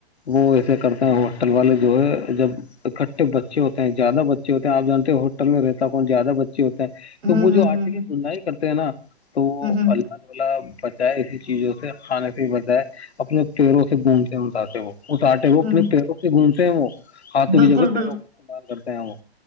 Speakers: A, on the left; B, on the right.
A: وہ ایسے کرتے ہیں ہوٹل والے جو ہے جب اکٹھے بچے ہوتے ہیں زیادہ بچے ہوتے ہیں آپ جانتے ہیں میں رہتا کون زیادہ ب ہوتا ہیں
B: ہوں
A: تو وہ
B: ہوں
A: جو آرٹے
B: ہوں
A: کی دندائی کرتے ہیں نا تو
B: ہوں ہوں
A: اللہ تالیا بچائے اس چیزوں سے کھانے سے بجائے اپنے پیروں سے بڈتے اٹاتے وہ اتٹے وہ اپنے
B: ہوں
A: پیروں سے گھومتے ہیں وہ ہاتھوں
B: بالکل
A: بھی جگہ پیروں کا استعمال کرتے ہیں وہ